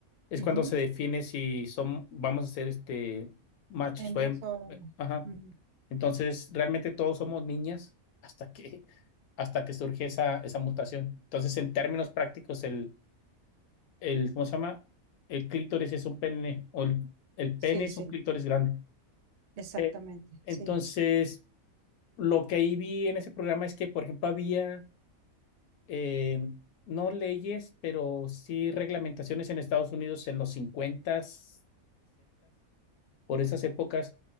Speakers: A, on the left; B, on the right.
A: es
B: ujú.
A: cuando se define si son, vamos a ser este machos
B: Hembra
A: o hem-
B: sobre uno.
A: eh, ajá.
B: Ujú.
A: Entonces, realmente todos somos niñas hasta que hasta que surge esa, esa mutación. Entonces, en términos prácticos, el, el, ¿cómo se llama? El clítoris es un pene, o el, el pene
B: Sí,
A: es
B: sí,
A: un clítoris grande.
B: exactamente.
A: Eh, entonces,
B: Sí,
A: lo que ahí vi en ese programa es que, por ejemplo, había eh, no leyes, pero sí reglamentaciones en Estados Unidos en los 50s, por esas épocas,